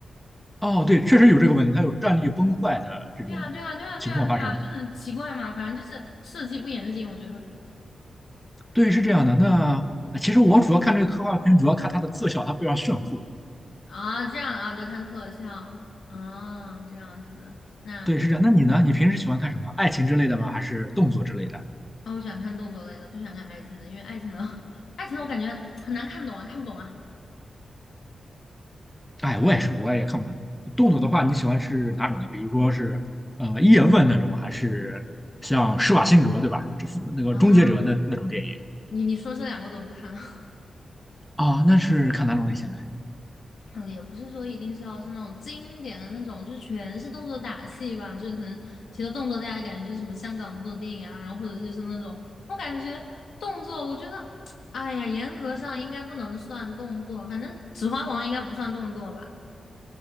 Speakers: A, in the centre; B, on the left.
A: 哦，对，确实有这个问题，它有战力崩坏的这种情况发生。
B: 对啊，对啊，对啊，对啊，对啊，就很奇怪嘛。反正就是设计不严谨，我觉得
A: 对，是这样的。那呃其实我主要看这个科幻片，主要看它的特效，它非常炫酷。
B: 啊，这样啊，就看特效啊，这样子那。
A: 对，是这样。那你呢？你平时喜欢看什么？爱情之类的吗？还是动作之类的？
B: 啊，我喜欢看动作类的，不喜欢看爱情的，因为爱情的 <laughs> 爱情的我感觉很难看懂啊，看不懂啊。
A: 哎，我也是，我也看不太懂。动作的话，你喜欢是哪种的？比如说是呃叶问那种，还是像施瓦辛格对吧？这那个终结者那那种电影
B: 啊，你你说这两个都不看，<laughs>
A: 啊？那是看哪种类型的？
B: 嗯，也不是说一定是要是那种经典的那种，就是全是动作打戏吧，就是可能提到动作，大家感觉就是什么香港动作电影啊，然后或者就是那种，我感觉动作，我觉得，哎呀，严格上应该不能算动作，反正《指环王》应该不算动作吧？